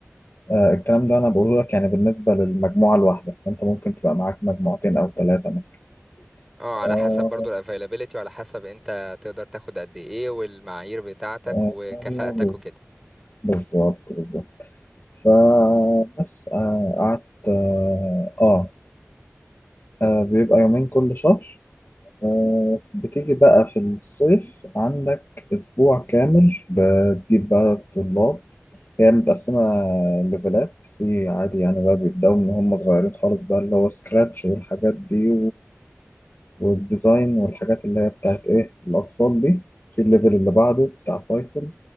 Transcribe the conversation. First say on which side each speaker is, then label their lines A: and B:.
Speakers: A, on the left (about 45°); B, in the centre.
A: آه، الكلام ده انا بقوله لك يعني بالنسبه للمجموعه الواحده فانت ممكن تبقى معاك مجموعتين او ثلاثه مثلا
B: اه على
A: آه،
B: حسب برضو الافيلابيليتي وعلى حسب انت تقدر تاخد قد ايه والمعايير بتاعتك
A: آه،
B: وكفاءتك
A: ايوه بز-
B: وكده
A: بالظبط بالظبط فبس آه، قعدت آه, اه آه، بيبقى يومين كل شهر آه، بتيجي بقى في الصيف عندك اسبوع كامل بتجيب بقى طلاب هي متقسمة ليفلات في عادي يعني بقى بيبدأوا من هم صغيرين خالص بقى اللي هو سكراتش والحاجات دي والديزاين والحاجات اللي هي بتاعت ايه الاطفال دي في الليفل اللي بعده بتاع بايثون